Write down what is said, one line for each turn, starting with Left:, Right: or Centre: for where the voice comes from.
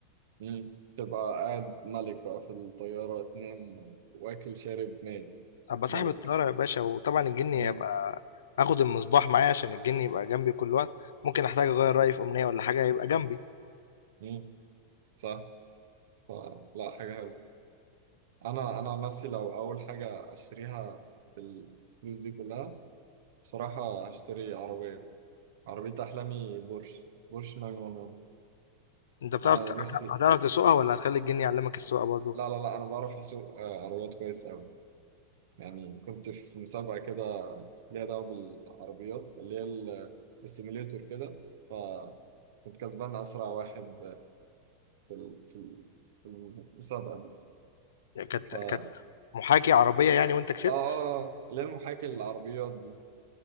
Right: مم. تبقى قاعد ملك بقى في الطيارة تنام واكل شارب نايم
Left: ابقى صاحب
Right: ملك
Left: الطياره يا باشا وطبعا الجني
Right: مم.
Left: يبقى اخد المصباح معايا عشان الجني يبقى جنبي كل وقت ممكن احتاج اغير رايي في امنيه ولا حاجه يبقى جنبي
Right: مم. صح فلا حاجة حلوة أنا أنا عن نفسي لو أول حاجة أشتريها بالفلوس دي كلها بصراحة هشتري عربية عربية أحلامي بورش بورش 911
Left: أنت بتعرف
Right: أنا
Left: ت
Right: نفسي
Left: هتعرف تسوقها والّا هتخلّي الجِن يعلّمك السواقة برضه؟
Right: لا لا لا أنا بعرف أسوق آه، عربيات كويس أوي يعني كنت في مسابقة كده ليها دعوة بالعربيات اللي هي ال- السيميليتور كده فكنت كسبان أسرع واحد في ال- في ال- في المسابقة دي
Left: يعني كانت
Right: ف آه
Left: كانت محاكي عربية يعني وأنت كسبت؟
Right: آه آه، اللي هي المحاكي للعربيات دي